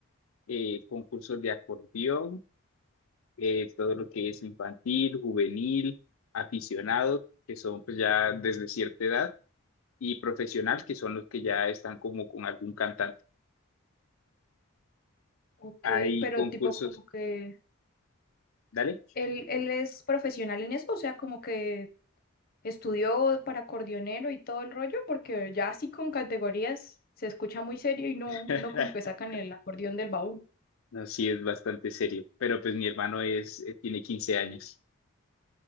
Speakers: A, on the left; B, on the left.
A: eh, concursos de acordeón, eh, todo lo que es infantil, juvenil, aficionado, que son pues ya desde cierta edad y profesional, que son los que ya están como con algún cantante.
B: Ok,
A: Hay
B: pero
A: concursos,
B: tipo como que
A: dale.
B: Él, él es profesional en eso, o sea, como que estudió para acordeonero y todo el rollo, porque ya así con categorías se escucha muy serio y no,
A: <laughs>
B: no como que sacan el acordeón del baúl.
A: No, sí, es bastante serio. Pero pues mi hermano es, eh, tiene 15 años.